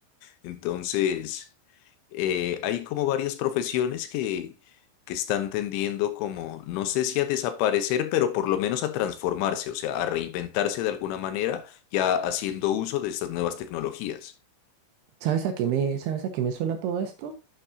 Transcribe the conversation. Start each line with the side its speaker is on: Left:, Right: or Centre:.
Left: Entonces, eh, hay como varias profesiones que, que están tendiendo como, no sé si a desaparecer, pero por lo menos a transformarse, o sea, a reinventarse de alguna manera, ya haciendo uso de estas nuevas tecnologías.
Right: ¿Sabes a qué me, sabes a qué me suena todo esto?